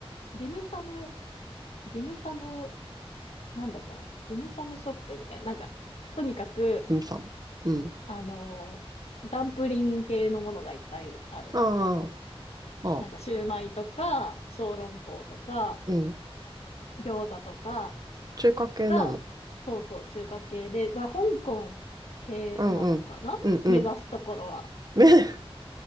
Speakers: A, on the left; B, on the right.
A: ディムサム、ディムサムなんだっけな、ディムサムショップみたいな、なんか、とにかく、
B: キムさん。うん。
A: あのーダンプリン系のものがいっぱいあるみたいな。
B: ああ、ああ、
A: なんか、シューマイとか、小籠包とか、
B: うん。
A: 餃子とか
B: 中華系なの。
A: が、そうそう、中華系で、まあ、香港系なのかな目指すところは。
B: うんうん。うんうん。め、<laughs>